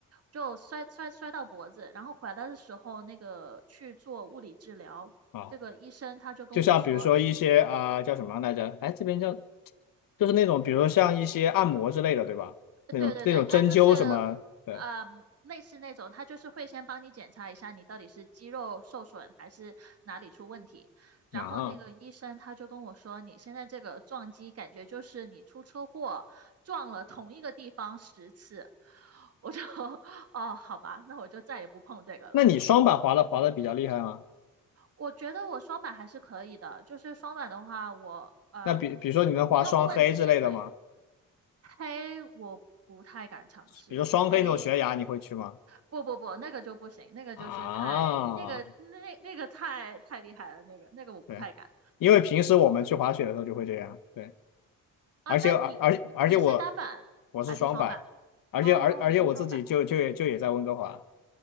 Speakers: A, on the right; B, on the left.
A: 就摔摔摔到脖子，然后回来的时候，那个去做物理治疗，
B: 啊，
A: 这个医生他就跟我说，
B: 就像比如说一些啊、叫什么来着？哎，这边叫就是那种比如说像一些按摩之类的，对吧？那种那种针灸什么对
A: 对对对，它就是，呃类似那种，它就是会先帮你检查一下你到底是肌肉受损还是哪里出问题。然后那个医生他就跟我说，
B: 啊？
A: 你现在这个撞击感觉就是你出车祸撞了同一个地方十次。我就 <laughs>，哦，好吧，那我就再也不碰这个了。
B: 那你双板滑的滑的比较厉害吗？
A: 我觉得我双板还是可以的，就是双板的话，我呃
B: 那比比如说你能滑双黑之类的吗？
A: 不用棍子也可以。黑我不太敢尝试，
B: 比如说双黑那种悬崖，
A: 黑
B: 你会去吗？
A: 不不不，那个就不行，那个就是太那个那那个太太厉害了，
B: 啊，
A: 那个那个我不太敢
B: 对，因为平时我们去滑雪的时候就会这样，对，
A: 啊。
B: 而且而而而且我
A: 那你你是单板还是双板？
B: 我是双板，而且而而且我自己就就就也在温哥华，
A: 哦，你是双板